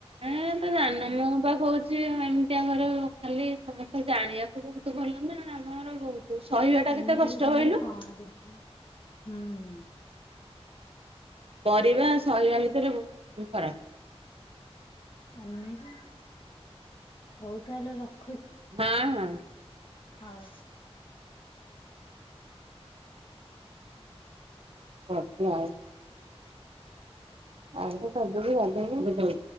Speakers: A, on the right; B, on the left.
A: ଏଁ ତମେ ଯାଣିନ ମୁଁ ବା କହୁଛି ଏମିତିଆ ଘରେ ଖାଲି ସମସ୍ତେ ଜାଣିବାକୁ ବହୁତ ଭଲ ନା ଆମର ବହୁତ ସହିବା ଟା
B: ଏମିତିରେ
A: କେତେ କଷ୍ଟ
B: କହିଲ
A: କହିଲୁ
B: କଣ କରଛୁ? ହୁଁ,
A: କରିବା, ସହିବା ଭିତରେ ବହୁତ ଫରକ୍।
B: ଆମେ ହେଇକି, ହଉ ତାହେଲେ ରଖ।
A: ହାଁ, ହଁ।
B: ହଉ।
A: <inaudible> ତ ନ ଆଉ ସେ ସବୁ ବି <unintelligible>